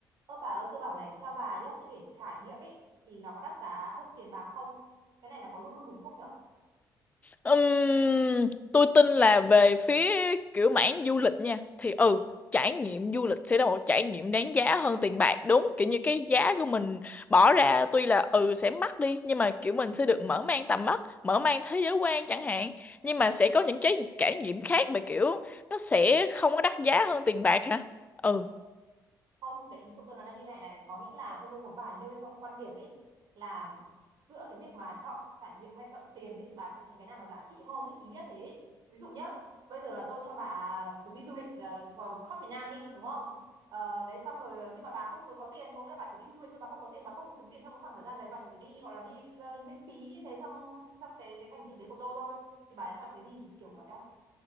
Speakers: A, on the right; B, on the left.
A: Ơ bà ơi, tôi bảo này, theo bà nhá, trải, trải nghiệm ấy thì nó có đắt giá hơn tiền bạc không? Cái này nó có luôn luôn đúng không nhở?
B: Ừm, tôi tin là về phía kiểu mảng du lịch nha thì ừ trải nghiệm du lịch sẽ là một trải nghiệm đáng giá hơn tiền bạc đúng kiểu như cái giá của mình bỏ ra tuy là ừ sẽ mắc đi nhưng mà kiểu mình sẽ được mở mang tầm mắt mở mang thế giới quan chẳng hạn nhưng mà sẽ có những cái trải nghiệm khác mà kiểu nó sẽ không có đắt giá hơn tiền bạc hả ừ
A: không cái ý của tôi nó là như này này có nghĩa là tôi luôn muốn bài nêu yêu cầu quan điểm ấy là giữa cái việc mà chọn trải nghiệm hay chọn tiền ấy thì bà sẽ thấy cái nào nó giá trị hơn ấy ý nhất thế ấy. ví dụ nhá bây giờ là tôi cho bà chuyến đi du lịch ờ, khắp Việt Nam đi đúng không Ờ, đấy xong rồi ờ, nhưng mà bà không có tiền có nghĩa là bà chỉ đi du lịch thôi bà không có tiền bà không được kiếm tiền trong cái khoảng thời gian đấy bà chỉ được đi gọi là đi ờ, miễn phí như thế trong trong cái cái hành trình đấy của tôi thôi thì bà đã chọn cái gì kiểu vậy á